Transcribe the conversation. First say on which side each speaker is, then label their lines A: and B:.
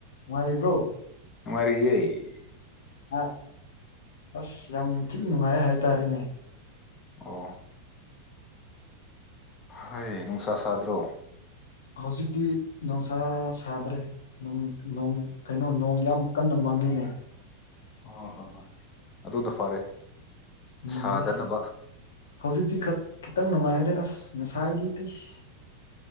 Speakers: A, on the left; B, on the left.
A: ꯅꯨꯡꯉꯥꯏꯔꯤꯕ꯭ꯔꯣ
B: ꯅꯨꯉꯥꯏꯔꯤꯌꯦ
A: ꯑꯥ ꯑꯁ ꯌꯥꯝ ꯊꯤ ꯅꯨꯡꯉꯥꯏꯌꯦ ꯍꯥꯏꯇꯥꯔꯦꯅꯦ
B: ꯑꯣ ꯍꯣꯏ ꯅꯨꯡꯁꯥ ꯁꯥꯗ꯭ꯔꯣ
A: ꯍꯧꯖꯤꯛꯇꯤ ꯅꯨꯡꯁꯥ ꯁꯥꯗ꯭ꯔꯦ ꯅꯣꯡ ꯅꯣꯡ ꯀꯩꯅꯣ ꯅꯣꯡ ꯌꯥꯝ ꯀꯟꯅ ꯃꯪꯉꯤꯅꯦ
B: ꯑꯥ ꯍꯣꯏ ꯍꯣꯏ ꯑꯗꯨꯅ ꯐꯔꯦ
A: ꯎꯝ
B: ꯁꯥꯗꯅꯕ
A: ꯑꯁ ꯍꯧꯖꯤꯛꯇꯤ ꯈꯤꯇꯪ ꯅꯨꯡꯉꯥꯏꯈ꯭ꯔꯦ ꯑꯁ ꯉꯁꯥꯏꯗꯤ ꯑꯩꯁ